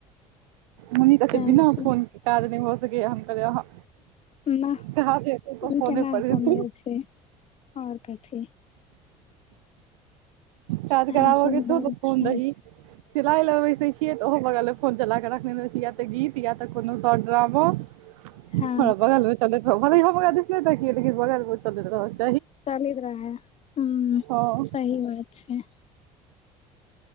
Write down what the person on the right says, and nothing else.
मम्मी कहतय
बिना
फोन काज नहि भऽ सकैया हम कहलिए अहाँ
त त
फोने
पड़े
त <inaudible> <inaudible>
काज
कराबऽ
के छौ त कोन
दही सिलाइ लऽ बैसे छियै तऽ ओहो बगले फोन चला के रखने छै या तऽ गीत या तऽ कोनो स ड्रामा हमरा
बगल मे चलैत रहने बगमे चलैत रह
हँ